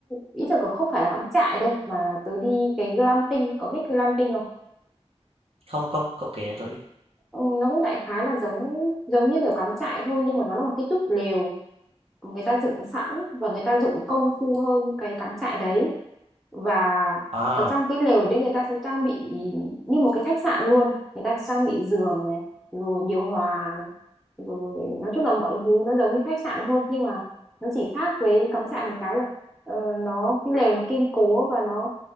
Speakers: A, in the centre; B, on the right (about 60°).
A: ý tưởng không phải là cắm trại đâu mà là tớ đi cái glamping có biết glamping không
B: Không, không, cậu kể cho tớ đi.
A: ừ, nó cũng đại khái là giống giống như kiểu cắm trại thôi nhưng mà nó là một cái túp lều người ta dựng sẵn và người ta dụng công phu hơn cái cắm trại đấy và
B: À,
A: ở trong cái lều đấy người ta sẽ trang bị như một cái khách sạn luôn người ta trang bị giường này rồi điều hòa này rồi nói chung là mọi thứ nó giống như khách sạn thôi nhưng mà nó chỉ khác với cắm trại một cái là ờ, nó cái lều nó kiên cố và nó